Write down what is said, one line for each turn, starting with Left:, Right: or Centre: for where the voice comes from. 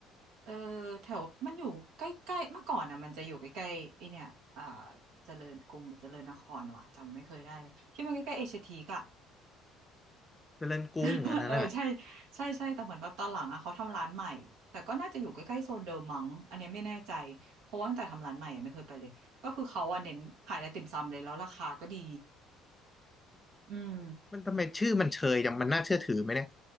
Right: เออแถวมันอยู่ใกล้ๆเมื่อก่อนอ่ะมันจะอยู่ใกล้ๆไอเนี่ยอ่าเจริญกรุงหรือเจริญนครวะจำไม่เคยได้เลยที่มันใกล้ๆเอชทีกอะ
Left: เจริญกรุงอันนั้นอ่ะ
Right: <laughs> เออใช่ใช่ใช่แต่เหมือนแบบตอนหลังอะเขาทำร้านใหม่แต่ก็น่าจะอยู่ใกล้ๆโซนเดิมมั้งอันเนี้ยไม่แน่ใจเพราะว่าตั้งแต่ทำร้านใหม่อะไม่เคยไปเลยก็คือเขาอะเน้นขายไอติมซำเลยแล้วราคาก็ดีอืม
Left: มันทำไมชื่อมันเชยจังมันน่าเชื่อถือไหมเนี่ย